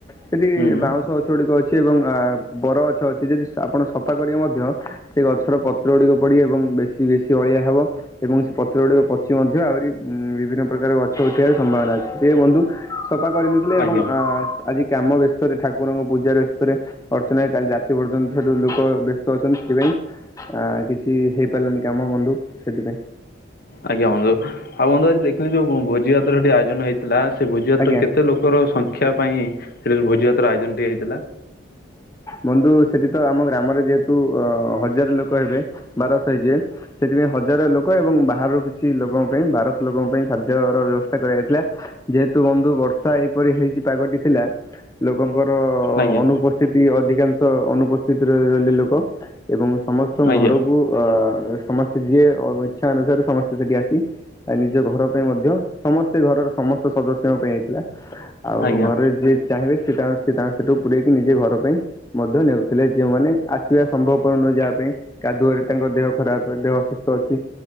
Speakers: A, on the left; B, on the left.
A: ସେଠି
B: ହୁଁ
A: ବାଉଁଶ ଗଛ ଗୁଡିକ ଅଛି ଏବଂ ବର ଗଛ ଅଛି। ଯଦି ଆପଣ ସଫା କରିବେ ମଧ୍ୟ ସେ ଗଛର ପତ୍ର ଗୁଡିକ ପଡିିକି ଏବଂ ବେଶୀ ବେଶୀ ଅଳିଆ ହବ ଏବଂ ସେ ପ ପତ୍ର ଗୁଡିକ ପଚି ମଧ୍ୟ ଆହୁରି ବିଭିନ୍ନ ପ୍ରକାର ଗଛ ଉଠିବାର ସମ୍ଭାବନା ଅଛି। ହେ ବନ୍ଧୁ ସଫା କରିନଥିଲେ
B: ଆଜ୍ଞା
A: ଏବଂ ଆ ଆଜି କାମ ବ୍ୟସ୍ତରେ ଠାକୁରଙ୍କ ପୂଜା ବ୍ୟସ୍ତରେ ଅର୍ଚ୍ଚନା କାଲି ରାତି ପର୍ଯ୍ୟନ୍ତ ଠୁ ଲୋକ ବ୍ୟସ୍ତ ଅଛନ୍ତି। ସେଥିପାଇଁ ଆ କିଛି ହେଇପାରିଲାନି କାମ ବନ୍ଧୁ ସେଥିପାଇଁ।
B: ଆଜ୍ଞା ବୁନ୍ଧୁ ଆଉ ବନ୍ଧୁ ଆଜି ଦେଖିଲି ଯୋଉ ଭୋଜି ଭାତ ଯୋଉଠି ଆୟୋଜନ ହେଇଥିଲା। ସେ ଭୋଜଭାତ
A: ଆଜ୍ଞା।
B: ର କେତେ ଲୋକର ସଂଖ୍ୟା ପାଇଁ ସେ ଭୋଜିଭାତ ର ଆୟୋଜନଟିଏ ହେଇଥିଲା?
A: ବନ୍ଧୁ ସେଠି ତ ଆମ ଗ୍ରାମରେ ଯେହେତୁ ଅ ହଜାର ଲୋକ ହେବେ ବାରଶହ ହେଇଯିବେ ସେଠି ଥିପାଇଁ ହଜାର ଲୋକ ଏବଂ ବାହାରରୁ କିଛି ଲୋକଙ୍କ ପାଇଁ ବାରଶହ ଲୋକଙ୍କ ପାଇଁ ଖାଦ୍ୟର ବ୍ୟବସ୍ଥା କରାଯାଇଥିଲା। ଯେହେତୁ ବନ୍ଧୁ ବର୍ଷା ଏହିପରି ହେଇଛି ପାଗଟି ସେଥ ଲା ଲୋକଙ୍କର ର
B: ଆଜ୍ଞା
A: ଅନୁପସ୍ଥିତି ଅଧିକାଂଶ ଅନୁପସ୍ଥିତିରେ ରହିଲେ ଲୋକ ଏବଂ ସମସ୍ତଙ୍କ
B: ଆଜ୍ଞା
A: ଘରକୁ ଆ ସମସ୍ତେ ଯିଏ ଅ ଇଚ୍ଛା ଅନୁସାରେ ସମସ୍ତେ ସେଠି ଆସିଆ ନିଜ ଘର ପାଇଁ ମଧ୍ୟ ସମସ୍ତେ ଘର। ସମସ୍ତ ସଦସ୍ୟଙ୍କ ପାଇଁ ହେଇଥିଲା। ଆଉ
B: ଆଜ୍ଞା।
A: ଘରେ ଯିଏ ଚାହିଁବେ ସେ ତାଙ୍କର ସେ ତାଙ୍କର ସେଠୁ ପୁରଇକି ନିଜେ ଘର ପାଇଁ ମଧ୍ୟ ନେଉଥିଲେ। ଯେଉମାନେ ଆସିବା ସମ୍ଭବ ପର ନୁହେଁ। ଯାହା ପାଇଁ କାଦୁଅରେ ତାଙ୍କ ଦେହ ଖରାପ। ଦେହ ଅସୁସ୍ଥ ଅଛି।